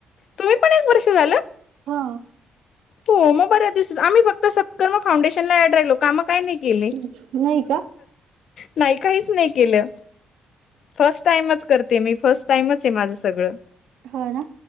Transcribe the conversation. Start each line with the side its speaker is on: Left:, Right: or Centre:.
Left: तुम्ही पण एक वर्ष झालं?
Right: हा
Left: हो मग बऱ्या दिवसात, आम्ही फक्त स करमा फाउंडेशन ला ऍड राहिलो, कामं काय नाही केले.
Right: नाही का
Left: नाही काहीच नाही केलं. फर्स्ट टाइमच करते मी. फर्स्ट टाइमच आहे माझं सगळं.
Right: हो ना,